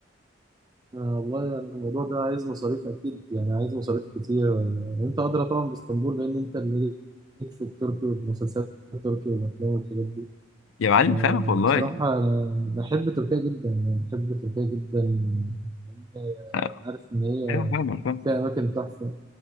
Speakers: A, on the right; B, on the left.
A: آه والله يعني الموضوع ده عايز مصاريف أكيد يعني عايز مصاريف كتير آه، أنت أدرى طبعا باسطنبول لأن أنت اللي ليك في التركي والمسلسلات التركي والأفلام والحاجات دي
B: يا معلم
A: آه
B: فاهمك والله
A: بصراحة أنا بحب تركيا جدا يعني بحب تركيا جدا لأن آه،
B: أنا-
A: أنا عارف إن هي
B: ايوه فاهمك فاهم
A: فيها أماكن تحفة